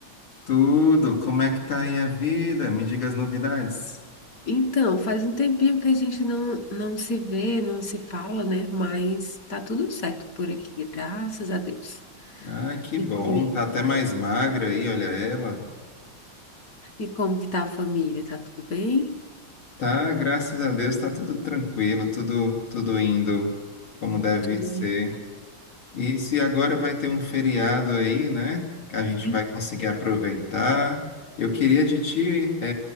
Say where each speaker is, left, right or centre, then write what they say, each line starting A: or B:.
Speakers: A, on the left; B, on the left.
A: Tudo. Como é que tá aí a vida? Me diga as novidades.
B: Então, faz um tempinho que a gente não, não se vê, não se fala, né? Mas tá tudo certo por aqui, graças a Deus.
A: Ah, que
B: E
A: bom.
B: por aí?
A: Tá até mais magra aí, olha ela.
B: E como que tá a família? Tá tudo bem?
A: Tá, graças a Deus, tá tudo tranquilo, tudo tudo indo como deve
B: Tudo
A: ser.
B: na paz?
A: E se agora vai ter um feriado aí, né? Que a gente
B: Sim?
A: vai conseguir aproveitar. Eu queria de ti, é,